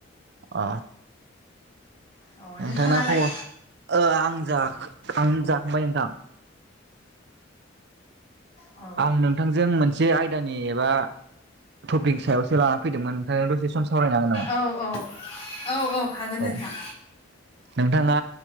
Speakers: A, on the right; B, on the left.
A: अ
B: औ
A: नोंथांना
B: नोंथाङालाय
A: खबर आं आं जाखांबाय नोंथां
B: औ
A: आं नोंथांजों मोनसे आयदानि एबा टपिंक सायावो लानानै फैदोंमोन नोंथां दसे सम सावरायनो हागोन नामा
B: औ औ औ औ हागोन नोंथां
A: औ नोंथाङा